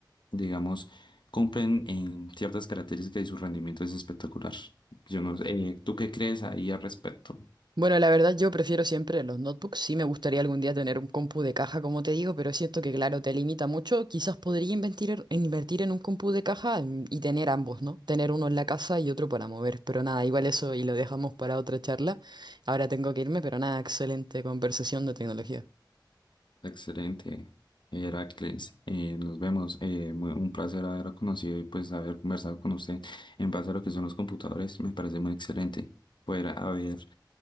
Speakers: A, on the left; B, on the right.
A: digamos, cumplen en ciertas características y su rendimiento es espectacular. Yo no sé, eh, ¿tú qué crees ahí al respecto?
B: Bueno, la verdad yo prefiero siempre los notebooks. Sí me gustaría algún día tener un compu de caja, como te digo, pero siento que, claro, te limita mucho. Quizás podría invertir, invertir en un compu de caja mm, y tener ambos, ¿no? Tener uno en la casa y otro para mover. Pero nada, igual eso y lo dejamos para otra charla. Ahora tengo que irme, pero nada, excelente conversación de tecnología.
A: Excelente, Heracles. eh, nos vemos. eh, muy- un placer haberlo conocido y pues haber conversado con usted en base a lo que son los computadores. Me parece muy excelente poder haber